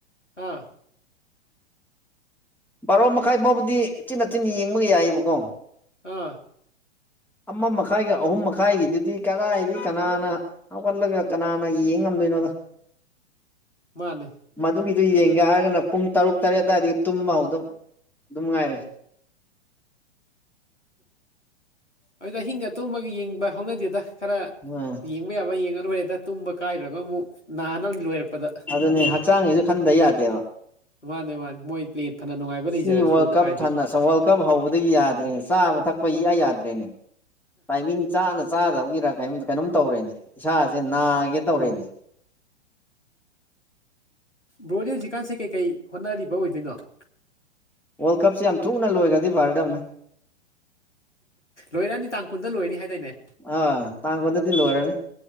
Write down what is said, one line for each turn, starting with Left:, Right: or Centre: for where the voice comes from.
Left: ꯑꯥ
Centre: ꯕꯥꯔꯣ ꯃꯈꯥꯏ ꯐꯥꯎꯕꯨꯗꯤ ꯆꯤꯟꯅꯆꯤꯟꯅ ꯌꯦꯡꯕ ꯌꯥꯏꯑꯕꯀꯣ
Left: ꯑꯥ
Centre: ꯑꯃ ꯃꯈꯥꯏꯒ ꯑꯍꯨꯝ ꯃꯈꯥꯏꯒꯤꯗꯨꯗꯤ ꯀꯗꯥꯏꯗꯩ ꯀꯅꯥꯅ ꯍꯧꯒꯠꯂꯒ ꯀꯅꯥꯅ ꯌꯦꯡ ꯉꯝꯗꯣꯏꯅꯣꯗ
Left: ꯃꯥꯅꯤ
Centre: ꯃꯗꯨꯒꯤꯗꯨ ꯌꯦꯡꯒꯦ ꯍꯥꯏꯔꯒꯅ ꯄꯨꯡ ꯇꯔꯨꯛ ꯇꯔꯦꯠ ꯑꯗꯨꯋꯥꯏꯗꯒꯤ ꯇꯨꯝꯕ ꯍꯧꯗ ꯑꯗꯨꯝ ꯉꯥꯏꯔꯦ
Left: ꯑꯗꯨꯗ ꯑꯍꯤꯡꯒ ꯑꯇꯨꯝꯕꯒ ꯌꯦꯡꯕ ꯍꯧꯅꯗꯦꯗ ꯈꯔ
Centre: ꯎꯝ
Left: ꯌꯦ ꯌ‌ꯦꯡꯕ ꯌꯥꯕ ꯌꯦꯡꯉ ꯂꯣꯏꯔꯦꯗ ꯇꯨꯝꯕ ꯀꯥꯏꯔꯨꯔꯒ ꯑꯃꯨꯛ ꯅꯥꯅꯕꯅꯤ ꯂꯣꯏꯔꯛꯄꯗ
Centre: ꯑꯗꯨꯅꯤ ꯍꯛꯆꯥꯡꯒꯤꯁꯨ ꯈꯟꯗ ꯌꯥꯗꯦꯕ
Left: ꯃꯥꯅꯦ ꯃꯥꯅꯦ ꯃꯣꯏ ꯄ꯭ꯂ‌ꯦ ꯐꯅ ꯅꯨꯡꯉꯥꯏꯕ ꯂꯩꯖꯔꯁꯨ
Centre: ꯁꯤ ꯋꯥꯔꯜ ꯀꯞ
Left: ꯀꯥꯏꯗꯤ
Centre: ꯊꯅꯁ ꯋꯥꯔꯜ ꯀꯞ ꯍꯧꯕꯗꯒꯤ ꯌꯥꯗ꯭ꯔꯦꯅꯦ ꯆꯥꯕ ꯊꯛꯄ ꯏꯌꯥ ꯌꯥꯗ꯭ꯔꯦꯅꯦ ꯇꯥꯏꯃꯤꯡ ꯆꯥꯅ ꯆꯥꯗꯕꯒꯤꯔ ꯀꯩ ꯀꯩꯅꯣꯝ ꯇꯧꯔꯦꯅꯦ ꯏꯁꯥꯁꯦ ꯅꯥꯒꯦ ꯇꯧꯔꯦꯅꯦ
Left: ꯑꯣ ꯕ꯭ꯔꯣꯗꯤ ꯍꯧꯖꯤꯛꯀꯥꯟꯁꯦ ꯀꯩꯀꯩ ꯍꯣꯠꯅꯔꯤꯕ ꯑꯣꯏꯗꯣꯏꯅꯣ
Centre: ꯋꯥꯔꯜ ꯀꯞꯁꯤ ꯌꯥꯝ ꯊꯨꯅ ꯂꯣꯏꯈ꯭ꯔꯗꯤ ꯐꯔ ꯗꯝꯅꯦ
Left: ꯂꯣꯏꯔꯛꯑꯅꯤ ꯇꯥꯡ ꯀꯨꯟꯗ ꯂꯣꯏꯅꯤ ꯍꯥꯏꯗꯥꯏꯅꯦ
Centre: ꯑ ꯇꯥꯡ ꯀꯨꯟꯗꯗꯤ ꯂ‌ꯣꯏꯔꯅꯤ